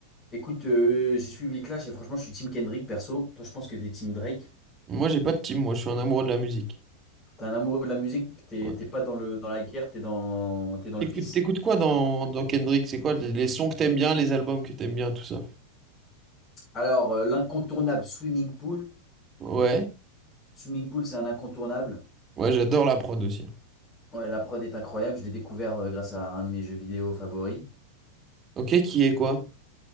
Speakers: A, on the left (about 25°); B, on the right (about 25°).
A: Écoute, euh, j'ai suivi Clash et franchement, je suis team Kendrick perso. Toi, je pense que t'es team Drake.
B: Moi, j'ai pas de team, moi, je suis un amoureux de la musique.
A: T'es un amoureux de la musique, t'es
B: Ouais.
A: t'es pas dans le, dans la guerre, t'es dans, t'es dans
B: T'écoutes,
A: le peace.
B: t'écoutes quoi dans, dans Kendrick? C'est quoi les, les sons que t'aimes bien, les albums que t'aimes bien, tout ça?
A: Alors, euh, l'incontournable Swimming Pool.
B: Ouais,
A: Swimming Pool, c'est un incontournable.
B: ouais, j'adore la prod aussi.
A: Ouais, la prod est incroyable. Je l'ai découvert euh, grâce à un de mes jeux vidéo favoris,
B: Ok, qui est quoi?